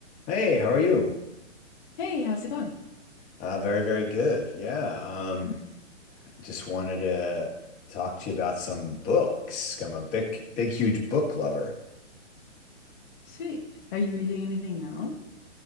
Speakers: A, on the left; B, on the left.
A: Hey, how are you?
B: Hey, how's it going?
A: Uh, very, very good. Yeah. Um,
B: Hmm,
A: just wanted to talk to you about some books. I'm a big, big, huge book lover.
B: Sweet. Are you reading anything now?